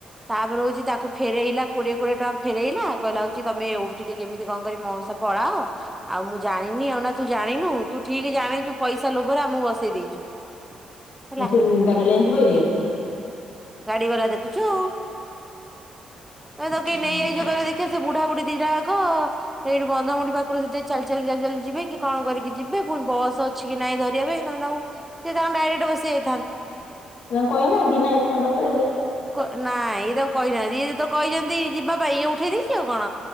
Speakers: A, in the centre; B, on the left (about 75°).
A: ତାପରେ ହଉଛି ତାକୁ ଫେରଇଲା କୋଡିଏ କଡିଏ ଟଙ୍କା ଫେରଇଲା କହିଲା ହଉଛି ତମେ ଏଉଠୁ ଟିକେ କେମିତି କଣ କରି ମୋଉ ପଳାଅ ଆଉ ମୁଁ ଜାଣିନି ଆଉ ନା ତୁ ଜାଣିନୁ ତୁ ଠିକ ଜାଣିଛୁ ପଇସା ଲୋଭରେ ଆମକୁ ବସେଇ ଦେଇଛୁ। ହେଲା
B: ସେ ଗାଡି ଲ ଏମତି କହିଲେ
A: ଏ
B: <unintelligible>
A: ଗାଡି ବାଲା ଦେଖୁଛୁ, ଆଉ ତମେ ତ କେ
B: ତାଙ୍କୁ
A: ନେଇଯାଇଛ <unintelligible> ଦେଖିବା ସେ ବୁଢା ବୁଢ଼ୀ ଦିଟାକ ସେଇଠି ବନ୍ଧମୁଢଠି ପାଖରୁ ସେଠି ଚାଲି ଚାଲି ଚାଲି ଚାଲି ଯିବେ କି କଣ କରିକି ଯିବେ ପୁଣି ବସ ଅଛି କି ନାଇଁ ଧରିବା ପାଇଁ ତମେ ତାଙ୍କୁ ସେ ତାଙ୍କଙ୍କୁ ଡାଇରେକ୍ଟ ବସିଯାଇ
B: ତା କହିହନା ଦିନ ଯସୁନା ବସ ବଲି <unintelligible>
A: ନାଇଁ ଇଏ ତାକୁ କହିନାହାନ୍ତି, ଇଏ ତ କହିଛନ୍ତି ଯିବା ପାଇଁ -ଇଏ ଉଠେଇ ଦେଇେଛି ଆଉ କଣ?